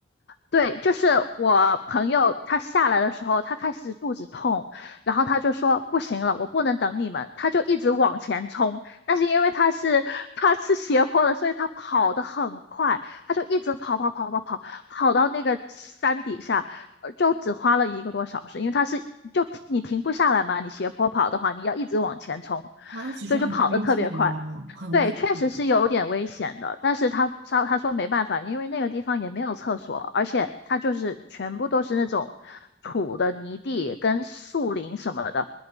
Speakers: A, on the left; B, on the right.
A: 对，就是我朋友他下来的时候，他开始肚子痛，然后他就说不行了，我不能等你们，他就一直往前冲。但是因为他是他是斜坡的，所以他跑得很快，他就一直跑跑跑跑跑，跑到那个山底下，呃就只花了一个多小时，因为他是就你停不下来嘛，你斜坡跑的话，你要一直往前冲，
B: 哇，那其实很危险哦，
A: 所以就跑得特别快。
B: 很危险。
A: 对，确实是有点危险的，但是他他他说没办法，因为那个地方也没有厕所，而且它就是全部都是那种土的泥地跟树林什么的，